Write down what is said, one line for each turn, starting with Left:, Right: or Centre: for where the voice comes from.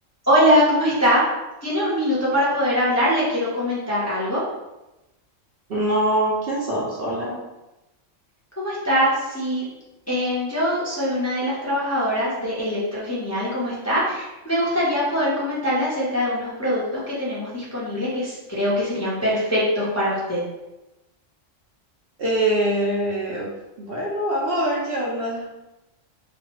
Left: Hola, ¿cómo está? ¿Tiene un minuto para poder hablar? Le quiero comentar algo.
Right: No, ¿quién sos? Hola.
Left: ¿Cómo está? Sí, eh, yo soy una de las trabajadoras de Electrogenial. ¿Cómo está? Me gustaría poder comentarle acerca de unos productos que tenemos disponibles que s- creo que serían perfectos para usted.
Right: Eh, bueno, vamos a ver qué onda.